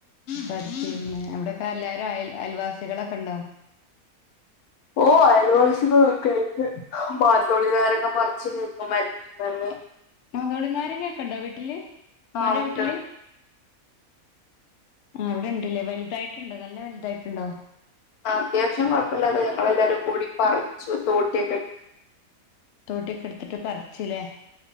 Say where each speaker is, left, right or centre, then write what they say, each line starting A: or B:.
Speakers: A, on the left; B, on the left.
A: പ <unintelligible> അവിടെ പ്പഎല്ലാരും അയൽ അയൽവാസികളൊക്കണ്ടോ
B: ഓ അയൽവാസികളൊക്കായിട്ട് മാത്തോളി നാരങ്ങ പറിച്ചു മരത്മന്ന്
A: മാത്തോളിനാരങ്ങെക്കെണ്ടോ വീട്ടില് മ്മാന്റെ
B: ആ ഉണ്ട്
A: വീട്ടില് ആഹ് അവിടേണ്ട് ലേ വലുതായിട്ട്ണ്ടോ നല്ല വൽതായിട്ട്ണ്ടോ
B: ആഹ് അത്യാവശ്യം കൊഴപ്പല്ലാതെ ഞങ്ങളെല്ലാരും കൂടി പറിച്ചു. തോട്ടി ഒക്കെട്
A: തോട്ടിക്കെട്ത്തിട്ട് പറിച്ചു ലേ